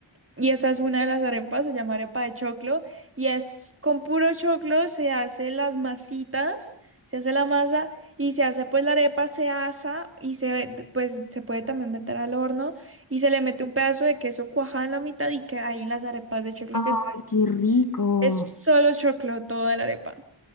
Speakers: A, on the right (about 25°); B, on the left (about 45°).
A: y esta es una de las arepas, se llama arepa de choclo, y es con puro choclo, se hace las masitas, se hace la masa y se hace pues la arepa, se asa y se pues se puede también meter al horno y se le mete un pedazo de queso cuajado en la mitad y que ahí las arepas de choclo
B: Ay,
A: que
B: qué rico.
A: es solo choclo toda la arepa.